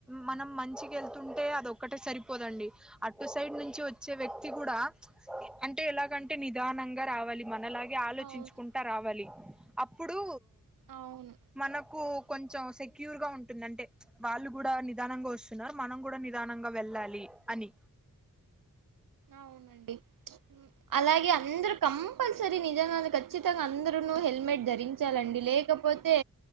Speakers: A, in the centre; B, on the right (about 65°).
A: మనం మంచికి వెళ్తుంటే అది ఒక్కటే సరిపోదండి అటు సైడ్ నుంచి వచ్చే వ్యక్తి కూడా అంటే ఎలాగంటే నిదానంగా రావాలి మనలాగే ఆలోచించుకుంటా
B: అవును
A: రావాలి అప్పుడు
B: అవును
A: మనకు కొంచెం సెక్యూ గా ఉంటుంది ఉంటుంది అంటే వాళ్ళు కూడా నిదానంగా వస్తున్నారు మనం కూడా నిదానంగా వెళ్ళాలి అని
B: అవునండి అలాగే అంద్ర కంపల్సరి నిజం ఖచ్చితంగా అందరూను హెల్మెట్ ధరించ చాలండి లే లేకపోతే